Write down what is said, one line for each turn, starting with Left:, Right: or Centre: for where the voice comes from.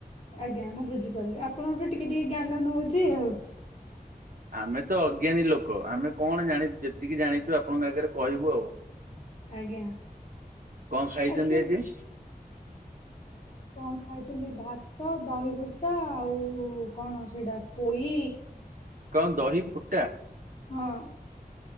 Left: ଆଜ୍ଞା ମୁଁ ବୁଝିପାରିଲି। ଆପଣଙ୍କ ଠୁ ଟିକେ ଟିକେ ଜ୍ଞାନ ନଉଛି ଆଉ।
Right: ଆମେ ତ ଅଜ୍ଞାନୀ ଲୋକ ଆମେ କଣ ଜାଣିଚୁ? ଯେତିକି ଜାଣିଚୁ ଆପଣଙ୍କ ଆଗରେ କହିବୁ ଆଉ।
Left: ଆଜ୍ଞା
Right: କଣ ଖାଇଛନ୍ତି
Left: ଆଚୁ
Right: ଆଜି?
Left: କଣ ଖାଇଥିଲି ଭାତ ଦହି ଫୁଟକା ଆଉ କଣ ସେଇଟା ପୋଇ
Right: କଣ ଦହି ଫୁଟା?
Left: ହଁ।